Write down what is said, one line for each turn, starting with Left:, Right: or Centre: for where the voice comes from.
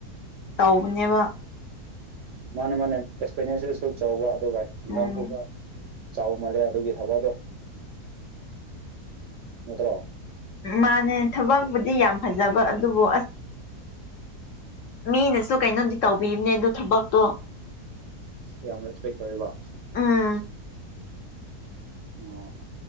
Left: ꯇꯧꯕꯅꯦꯕ
Right: ꯃꯥꯅ‌ꯦ ꯃꯥꯅ‌ꯦ ꯑꯦꯛꯁꯄꯦꯟꯗꯤꯆꯔꯁꯨ ꯆꯥꯎꯕ ꯑꯗꯨꯒ <unintelligible>
Left: ꯎꯝ
Right: ꯆꯥꯎ ꯃꯥꯜꯂꯦ ꯑꯗꯨꯒꯤ ꯊꯕꯛ ꯑꯗ‌ꯣ ꯅꯠꯇ꯭ꯔꯣ
Left: ꯃꯥꯟꯅꯦ ꯊꯕꯛꯄꯨꯗꯤ ꯌꯥꯝ ꯐꯖꯕ ꯑꯗꯨꯕꯨ ꯑꯁ ꯃꯤꯅꯁꯨ ꯀꯩꯅꯣꯗꯤ ꯇꯧꯕꯤꯕꯅꯦ ꯑꯗꯣ ꯊꯕꯛꯇꯣ
Right: ꯌꯥꯝ ꯔꯦꯁꯄꯦꯛ ꯇꯧꯋꯦꯕ
Left: ꯎꯝ
Right: ꯑꯣ <inaudible>